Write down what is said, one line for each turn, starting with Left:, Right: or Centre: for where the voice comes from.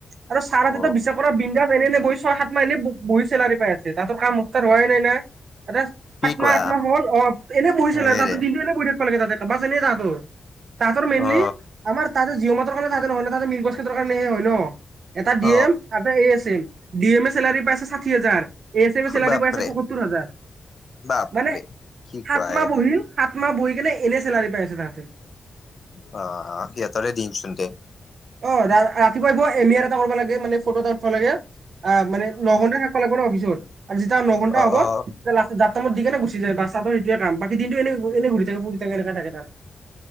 Right: আৰু ছাৰ হতেটো
Left: অ
Right: বিশ্বাস কৰা বিন্দাস ছয় সাত মাহ এনে বহি চেলাৰি পাই আছি তাহতৰ কাম ষ্টাৰ্ট হোৱাই নাই নাই দা।
Left: কি
Right: সাত
Left: কোৱা
Right: মাহ আঠ মাহ হ'ল অ এনে বহিছিলে
Left: হেৰে
Right: তাতো দিনটো এনে বহি থাকিব লাগে তাতে বাছ এনেই তাহাতো। তাহতৰ মেইনলি
Left: অ
Right: আমাৰ তাতে জিঅ মাতৰ কাৰণে তাতে নহয় ন তাতে মিগছ খটৰ কাৰণে হে হয় ন। এটা ডি
Left: অ
Right: এম এটা A S M D M A salary পাইছে। ষাঠি হাজাৰ এছ এম এ চেলাৰী
Left: বাপৰে
Right: ব আছে পয়সত্তৰ হাজাৰ।
Left: বাপৰে
Right: মানে
Left: কি
Right: সাত
Left: কোৱা
Right: মাহ
Left: এ
Right: বহিল সাত মাহ বহি কেনে এনে চেলাৰী পাই আছে তাহাঁতে।
Left: বাহ সিহঁতৰে দিন চুন দে।
Right: অঁ, ৰা ৰাতিপুৱা আহ এমিয়াৰ এটা কৰিব লাগে মানে ফটো এটা উঠিব লাগে অ মানে নঘনটা থ। লাগব ন অফিচত আৰু যেতিয়া ন ঘণ্টা
Left: অ
Right: হ'ব।
Left: অ
Right: লাষ্টদি কেনে গুি যায় বা চাদৰ সেইোৱোমাকী দিনটো এনে এনে ঘৰি থাকে ফু থে এনেকে থাকোত।